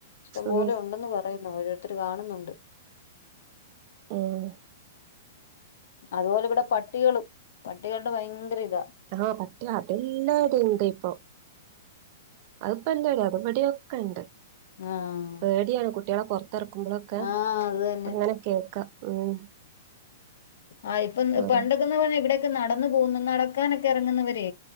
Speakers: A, on the left; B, on the right.
A: ഇഷ്ടംപോലെ
B: ഉം
A: ഒണ്ടെന്ന് പറയു ഓരോരുത്തര് കാണുന്നുണ്ട്
B: ആഹ്
A: അതുപോലിവിടെ പട്ടികളും പട്ടികൾടെ ഭയങ്കര ഇ-
B: ആഹ് പട്ടി അതെല്ലാടെ ണ്ടിപ്പൊ അതിപ്പൊ ന്താ അത്പടിയൊക്കെണ്ട്
A: ആഹ്
B: പേടിയാണ് കുട്ടികളൊ തൊറക്കുമ്പളൊക്കെ
A: ആഹ് അത് തന്നെ
B: അങ്ങനെ കേൾക്കാം ഉം
A: ആഹ് ഇപ്പം
B: ഓരോ
A: പണ്ടൊക്കെന്ന് പറഞ്ഞ ഇവിടൊക്കെനടന്ന് പോവ്ന്നു നടക്കാനൊക്കെ എറങ്ങുന്നവരേ